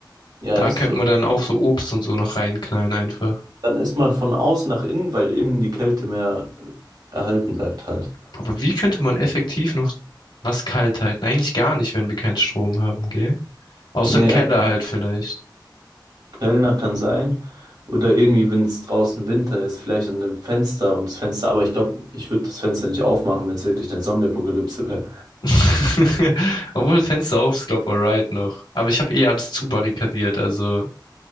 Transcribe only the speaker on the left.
Da
könnte
man dann auch so Obst und so noch reinknallen einfach.
Aber wie könnte man effektiv noch was kalt halten? Eigentlich gar nicht, wenn wir keinen Strom haben, gell? Außer
im Keller
halt vielleicht.
<laughs> Obwohl das Fenster auf ist, glaub, alright noch. Aber ich habe eh alles zu barrikadiert, also